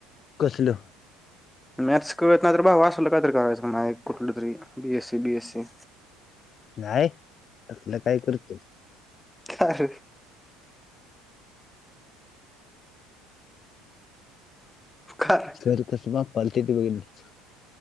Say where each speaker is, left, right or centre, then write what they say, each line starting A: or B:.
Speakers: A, on the left; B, in the centre.
A: कसलंं.
B: म्याथस् कळत नाय तर भावा असल कायतरी करायचं मग डायरेक्ट. कुठल तर एक बीएससी बीएससी.
A: काय तसलं काय करतोस.
B: कारर. काय
A: सर कसुमा पालती त बगन <unintelligible>